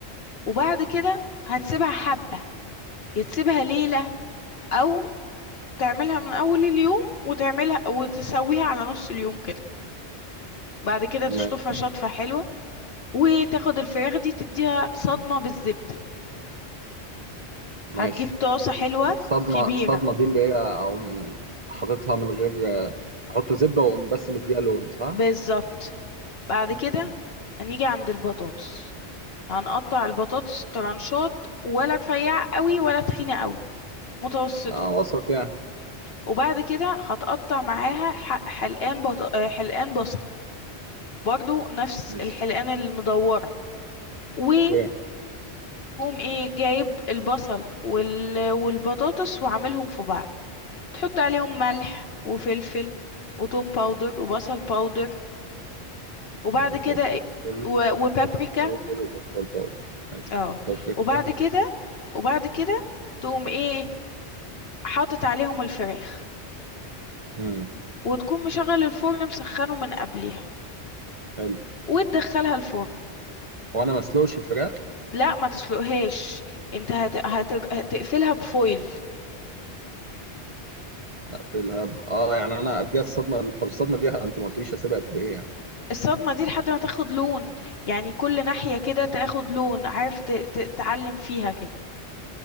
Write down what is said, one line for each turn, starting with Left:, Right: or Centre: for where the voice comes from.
Left: وبعد كده هتسيبها حبة، يا تسيبها ليلة أو تعملها من أول اليوم وتعملها وتسويها على نُص اليوم كده، بعد كده تشطفها
Right: ماشي
Left: شطفة حلوة وتاخد الفراخ دي تدّيها صدمة بالزبدة.
Right: ماشي
Left: هتجيب طاسة حلوة
Right: الصدمة
Left: كبيرة
Right: الصدمة دي اللي هي أقوم حاططها من غير أحط زبدة وأقوم بس مديها لون صح؟
Left: بالظبط بعد كده هنيجي عند البطاطس هنقطع البطاطس طرنشات ولا رفيعة قوي ولا تخينة قوي متوسطة
Right: آه وسط يعني
Left: وبعد كده هتقطع معاها ح- حلقان بط... آه، حلقان بصل برضو نفس
Right: ماشي
Left: الحلقان المدورة وتقوم
Right: أوكي
Left: ايه جايب البصل وال... والبطاطس وعاملهم في بعض تحط عليهم ملح وفلفل وتوم باودر وبصل باودر وبعد
Right: ملحوف
Left: كده إ
Right: فلفل
Left: و وبابريكا
Right: بروتين باودر وبصل باودر ماشي
Left: آه،
Right: بابريكا
Left: وبعد كده وبعد كده تقوم إيه، حاطط عليهم الفراخ،
Right: امم
Left: وتكون مشغّل الفرن مسخّنه من قبليها،
Right: حلو
Left: وتدخّلها الفرن،
Right: هو أنا ما أسلقش الفراخ؟
Left: لأ ما تسلقهاش، أنت هت هتر تقفلها بfoil
Right: لا في الهب آه يعني أنا أديها الصدمة طب الصدمة دي أنت ما قلتليش أسيبها قد إيه يعني؟
Left: الصدمة دي لحد ما تاخد لون، يعني كل ناحية كده تاخد لون، عارف ت ت تعلّم فيها كده،